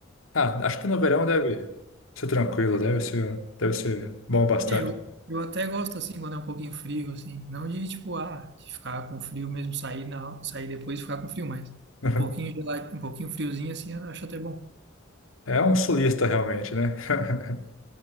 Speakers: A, on the left; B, on the right.
A: Ah, acho que no verão deve ser tranquilo, deve ser, deve ser bom bastante.
B: É, eu, eu até gosto assim quando é um pouquinho frio, assim. Não de tipo, ah, de ficar com frio mesmo, sair na, sair depois e ficar com frio, mas um
A: <laughs>
B: pouquinho gelado, um pouquinho friozinho assim, eu acho até bom.
A: É um sulista realmente, né? <laughs>